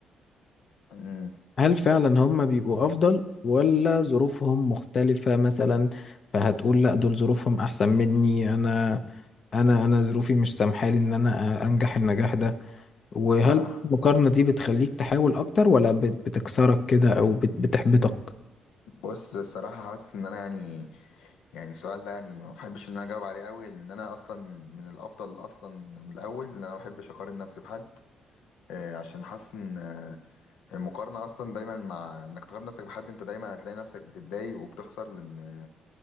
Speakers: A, on the left; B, on the left.
A: أمم.
B: هل فعلا هم بيبقوا افضل ولا ظروفهم مختلفة مثلا فهتقول لا دول ظروفهم احسن مني انا انا انا ظروفي مش سامحالي ان انا أ- انجح النجاح ده وهل
A: آه.
B: المقارنة دي بتخليك تحاول اكتر ولا بت- بتكسرك كده او بت- بتحبطك
A: بص الصراحة حاسس ان انا يعني يعني السؤال ده يعني ما بحبش ان انا اجاوب عليه قوي لان انا اصلا من الافضل اصلا من الاول ان انا ما بحبش اقارن نفسي بحد آه، عشان حاسس ان آه، المقارنه اصلا دايما مع انك تقارن نفسك بحد انت دايما هتلاقي نفسك بتتضايق وبتخسر لان آه،